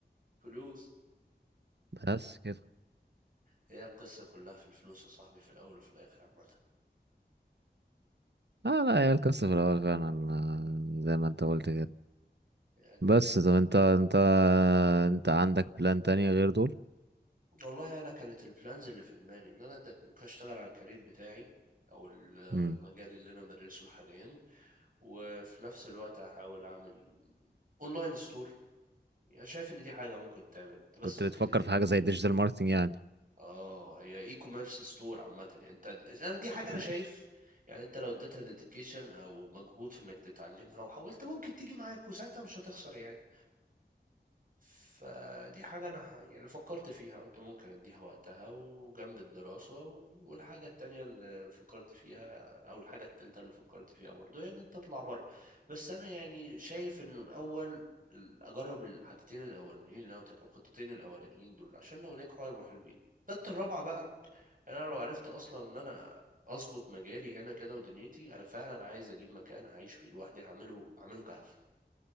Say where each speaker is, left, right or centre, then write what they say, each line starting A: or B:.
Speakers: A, on the right; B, on the right.
A: فلوس
B: بس كده
A: هي القصة كلها في الفلوس يا صاحبي في الأول وفي الآخر عامة
B: اه لا هي القصة في الاول فعلا آه، زي ما انت قلت كده
A: يعني
B: بس
A: ف...
B: طب انت انت انت عندك بلان تانية غير دول
A: والله أنا كانت البلانز اللي في دماغي إن أنا د- ممكن أشتغل على الكارير بتاعي أو ال- المجال
B: مم.
A: اللي أنا بدرسه حاليا وفي نفس الوقت هحاول أعمل أونلاين ستور يعني شايف إن دي حاجة ممكن تعمل أنت بس
B: كنت
A: ممكن
B: بتفكر
A: تديها
B: في حاجة زي ديجيتال ماركتنج يعني
A: آه هي إي كوميرس ستور عامة يعني أنت أنا دي حاجة أنا
B: ماشي
A: شايف يعني أنت لو اديتها ديديكيشن أو مجهود في إنك تتعلمها وحاولت ممكن تيجي معاك وساعتها مش هتخسر يعني فدي حاجة أنا ح- يعني فكرت فيها قلت ممكن أديها وقتها وجنب الدراسة والحاجة التانية اللي فكرت فيها أو الحاجة التالتة اللي فكرت فيها برضو هي إن أنت تطلع بره بس أنا يعني شايف إنه الأول ال- أجرب الحاجتين الأولانيين اللي أنا قلت لك الخطتين الأولانيين دول عشان لو نجحوا هيبقوا حلوين الخطة الرابعة بقى يعني أنا لو عرفت أصلا إن أنا أظبط مجالي هنا كده ودنيتي أنا فعلا عايز أجيب مكان أعيش فيه لوحدي هعمله هعمله كهف